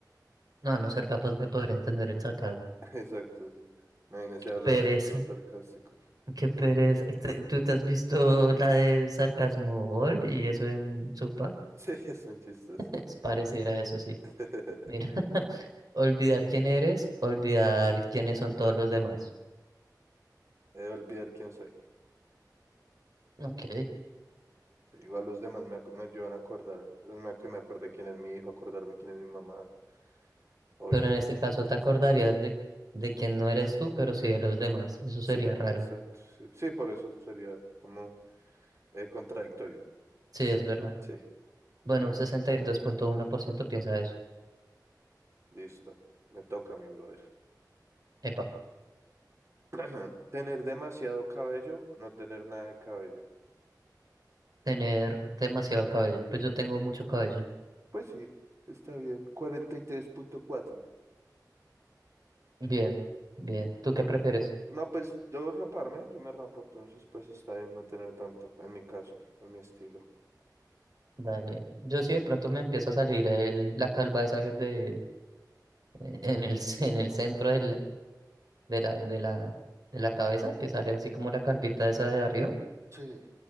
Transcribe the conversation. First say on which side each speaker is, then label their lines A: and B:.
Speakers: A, on the right; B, on the right.
A: No, a no ser capaz de poder entender el sacado.
B: <laughs> Exacto, sí. Imagínese hablar
A: Pereza.
B: ahí todo sarcástico. <laughs>
A: Qué pereza. Te- ¿Tú te has visto la de Sarcasmo Ball y eso en su par? <laughs>
B: Sí, es muy chistoso.
A: Es pareciera a eso, sí.
B: <laughs>
A: Mira, <laughs> olvidar quién eres, olvidar quiénes son todos los demás.
B: Eh, olvidar quién soy.
A: Ok.
B: Igual los demás me, ac- me ayudan a acordarme. Es más que me acuerde quién es mi hijo, acordarme quién es mi mamá. Oye,
A: Pero
B: eso
A: en este
B: es lo
A: caso
B: importante.
A: te acordarías de, de quién no eres tú, pero sí de los demás. Eso
B: Sí,
A: sería raro.
B: exacto. Sí, Sí, por eso sería como eh, contradictorio.
A: Sí, es verdad.
B: Sí,
A: Bueno, un sesenta y dos punto uno por ciento piensa eso.
B: listo. Me toca, mi brother
A: Epa,
B: <clears throat> Tener demasiado cabello, no tener nada de cabello.
A: tener demasiado cabello. Pues yo tengo mucho cabello.
B: Pues sí, está bien. 43.4.
A: Bien, bien. ¿Tú qué
B: Sí.
A: prefieres?
B: No, pues yo raparme, yo me rapo, entonces pues está bien no tener tanto, en mi caso, en mi estilo.
A: Dale. Yo sí de pronto me empieza a salir el, la calva esa que es de en el, <laughs> ce- en el centro del, de la, de la, de la cabeza, que sale así como la calvita esa de arriba.
B: Sí,